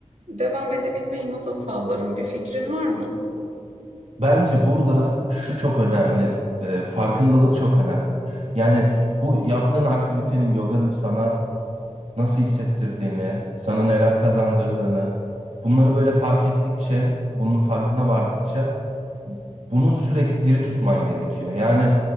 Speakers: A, on the right; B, on the right.
A: devam edebilmeyi nasıl sağlarım bir fikrin var mı?
B: Bence burada şu çok önemli, e, farkındalık çok önemli. Yani bu yaptığın aktivitenin, yoganın sana nasıl hissettirdiğini, sana neler kazandırdığını, bunları böyle fark ettikçe, bunun farkına vardıkça bunu sürekli diri tutman gerekiyor. Yani